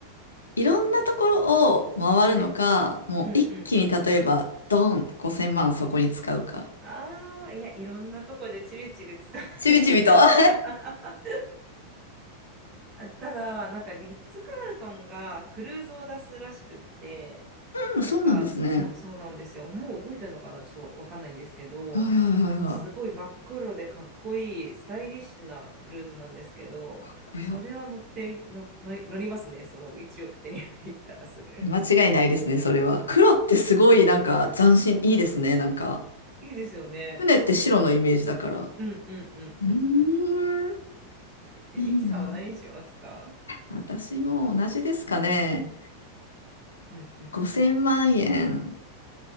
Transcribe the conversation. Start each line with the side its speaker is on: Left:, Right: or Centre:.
Left: いろんなところを回るのか、
Right: はい。
Left: もう一気に例えば、
Right: うんうんうん。
Left: ドーンって5000万そこに使うか。
Right: ああ、いや、いろんなとこでちびちび使う気がします。
Left: ちびちびと。あ
Right: あただ、なんかリッツ・カールトンがクルーズを出すらしくって、
Left: うんそうなんですね。
Right: なんかそうそうなんですよ。もう動いてるのかなちょっとわかんないんですけど、
Left: はいはいはいは
Right: なんかすごい真っ黒でかっこいいスタイリッシュなクルーズなんですけど、
Left: い。かっこよ。
Right: それは乗っての乗り乗りますね。その1億手に入ったらすぐ。
Left: 間違いないですね、
Right: <laughs>
Left: それは。黒ってすごいなんか斬新、いいですね、なんか。
Right: いいですよね。
Left: 船って白のイメージだから。う
Right: うんうんうんうん。
Left: ーん、
Right: え、
Left: いいな。
Right: ミキさんは何しますか
Left: 私も同じですかね。
Right: うんうん。
Left: 5000万円、